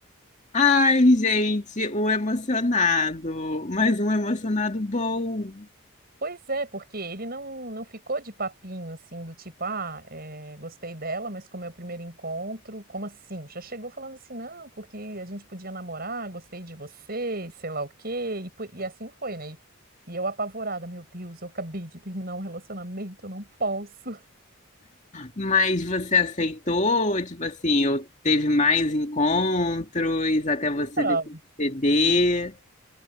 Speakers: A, on the left (about 35°); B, on the right (about 45°).
A: Ai, gente, o emocionado. Mais um emocionado bom.
B: Pois é, porque ele não, não ficou de papinho assim, do tipo, ah, é, gostei dela, mas como é o primeiro encontro, como assim? Já chegou falando assim, não, porque a gente podia namorar, gostei de você, sei lá o quê, e, po- e assim foi, né? E e eu apavorada, meu Deus, eu acabei de terminar um relacionamento, eu não posso.
A: Mas você aceitou? Tipo assim, ou teve mais encontros até você
B: <laughs>
A: decidir ceder?